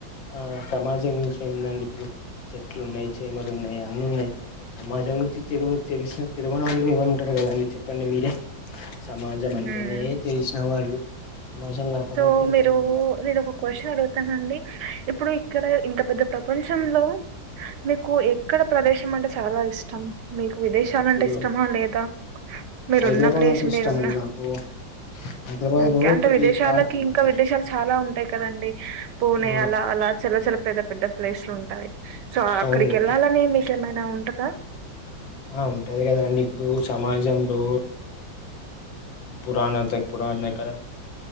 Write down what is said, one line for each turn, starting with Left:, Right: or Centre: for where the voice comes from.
Left: ఆ సమాజం గురించి అయిందండి ఇప్పుడు చెట్లు ఉన్నాయి చీమరు ఉన్నాయి అన్న ఉన్నాయి సమాజ జం గురించి తెరు తెసిన తిరుమణ వాళ్ళు ఎవరు ఉంటారు కదా అండి చెప్పండి మీరే సమాజం
Right: ఉమ్
Left: అంటేనే తెలిసిన వాళ్ళు సమాజం కాకపోతే
Right: సో మీరు
Left: తెలియని వాళ్ళు.
Right: నేను ఒక క్వశ్చన్ అడుగుతానండి ఇప్పుడు ఇక్కడ ఇంత పెద్ద ప్రపంచంలో మీకు ఎక్కడ ప్రదేశం అంటే చాలా ఇష్టం మీకు విదేశాలంటే
Left: ఇప్పుడు
Right: ఇష్టమా లేదా మీరున్న
Left: హైదరాబాద్
Right: ప్లేస్
Left: అంటే ఇష్టం
Right: మీరున్న
Left: అండి నాకు హైదరాబాద్
Right: ఓకే
Left: లో
Right: అంటే
Left: ఒకటి
Right: విదేశాల
Left: పార్క్ ఉంటుంది
Right: ఇంకా విదేశాలు చాలా ఉంటాయి కదండి పూనే
Left: ఆ
Right: అలా అలా చాలా పెద్ద పెద్ద ప్లేస్లు ఉంటాయి సో అక్కడికి
Left: అవును
Right: వెళ్ళాలని మీకేమైనా ఉంటదా
Left: ఆ ఉంటది కదాండి ఇప్పుడు సమాజంలో పురాణ త పురాణ నకరమ